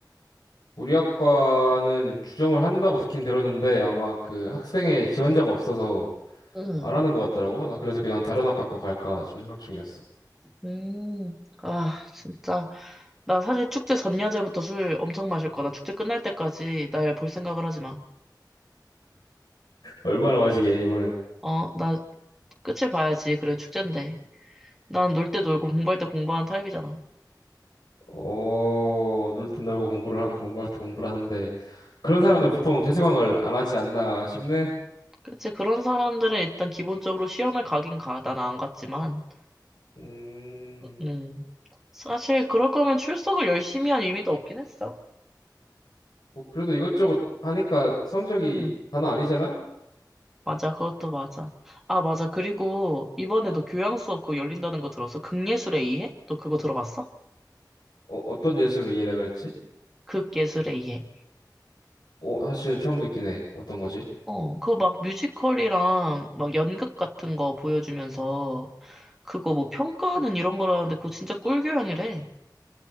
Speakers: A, on the left (about 70°); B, in the centre.
A: 우리 학과는 주점을 한다고 듣긴 들었는데, 아마 그 학생의 지원자가 없어서
B: 응.
A: 안 하는 것 같더라고. 나 그래서 그냥 다른 학과 거 갈까 좀 생각 중이었어.
B: 음, 아, 진짜. 나 사실 축제 전야제부터 술 엄청 마실 거다. 축제 끝날 때까지 날 볼 생각을 하지 마.
A: 얼마나 마시게, 이번엔.
B: 어, 나 끝을 봐야지. 그래, 축제인데. 난 놀 때 놀고 공부할 때 공부하는 타입이잖아.
A: 어, 놀 땐 놀고 공부를, 하- 공부할 때 공부를 하는데, 그런 사람들
B: 음,
A: 보통 재수강을 안 하지 않나 싶네.
B: 그치. 그런 사람들은 일단 기본적으로 시험을 가긴 가. 나는 안 갔지만.
A: 음,
B: 음, 사실 그럴 거면 출석을 열심히 한 의미도 없긴 했어.
A: 뭐 그래도 이것저것 하니까 성적이
B: 음,
A: 단어 아니잖아?
B: 맞아. 그것도 맞아. 아, 맞아. 그리고 이번에 너 교양 수업 그거 열린다는 거 들었어? 극예술의 이해? 너 그거 들어봤어?
A: 어, 어떤 재수로 이해를 그랬지?
B: 극 예술에 의해.
A: 어, 사실 처음 듣긴 해. 어떤 거지?
B: 어, 그거 막 뮤지컬이랑 막 연극 같은 거 보여주면서 그거 뭐 평가하는 이런 거라는데 그거 진짜 꿀교양이래.